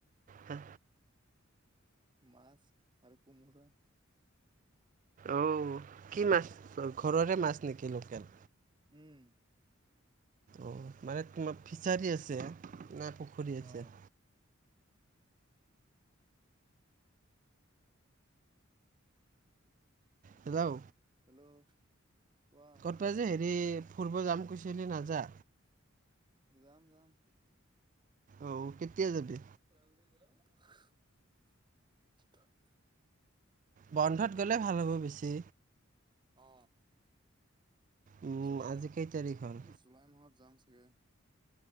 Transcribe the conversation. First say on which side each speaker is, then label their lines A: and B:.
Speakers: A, on the right; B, on the right.
A: হা
B: মাছ আৰু কোমোৰা।
A: অ', কি মাছ ঘৰৰহে মাছ নেকি লোকেল?
B: উম'।
A: অ', মানে তোমা ফিছাৰী আছে, না পুখুৰী আছে?
B: অ
A: হেল্ল'?
B: হেল্ল' কোৱা?
A: তই যে হেৰি ফুৰিব যাম কৈছিলি নাযা?
B: যাম যাম।
A: অ', কেতিয়া যাবি?
B: <unintelligible>
A: বন্ধত গ'লে ভাল হ'ব বেছি।
B: অ,
A: উম,
B: জুলাই
A: আজি
B: মাহত,
A: কেই তাৰিখ হ'ল?
B: উম জুলাই মাহত যাম চাগে।